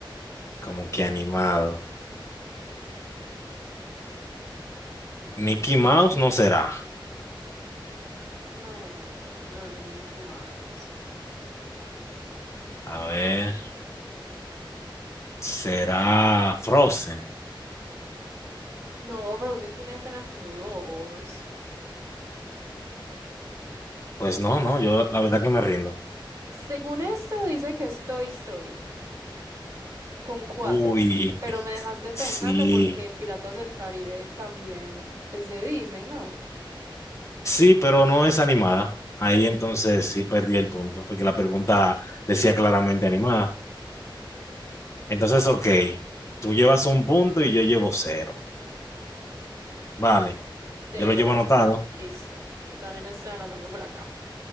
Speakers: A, on the left; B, on the right.
A: como que animado. Mickey Mouse no será.
B: No, no, no es Mickey Mouse.
A: A ver, será Frozen.
B: No, Frozen tiene apenas como dos.
A: Pues no, no, yo la verdad que me rindo.
B: Según esto, dice que es Toy Story, con cuatro.
A: Uy.
B: Pero me dejaste pensando
A: Sí,
B: porque Piratas del Caribe también es de Disney, ¿no?
A: sí, pero no es animada. Ahí entonces sí perdí el punto, porque la pregunta decía claramente animada. Entonces, ok, tú llevas un punto y yo llevo cero. Vale,
B: Cero
A: yo lo llevo
B: para
A: anotado.
B: ti. Listo. Yo también estoy anotando por acá.